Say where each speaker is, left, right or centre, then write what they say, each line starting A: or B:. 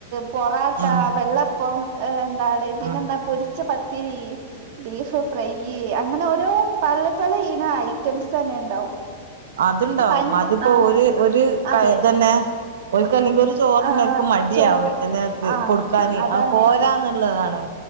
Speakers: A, on the right; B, on the right.
A: പൊറോട്ട,
B: ഉം
A: വെള്ളപ്പം എന്താവടെ പിന്നെ
B: ഉം
A: എന്താ പൊരിച്ച പത്തിരി ബീഫ് ഫ്രൈ. അങ്ങനെ ഓരോ പല പല ഇന ഐറ്റംസ് തന്നെ ഉണ്ടാവും.
B: അതുണ്ടാവും.
A: പണ്ട്
B: അതിപ്പോ
A: ആ
B: ഒരു ഒരു
A: അതെ
B: കൈതന്നെ ഓൽക്ക് അല്ലെങ്കിൽഒരു ചോറ്ന്നെ
A: ആ
B: ഓര്ക്ക് മടിയാവും
A: ചോറ്
B: ചിലർക്ക്
A: ആ
B: കൊടുക്കാന്.
A: അതാണ്
B: അത് പോരാന്നുള്ളതാണ്.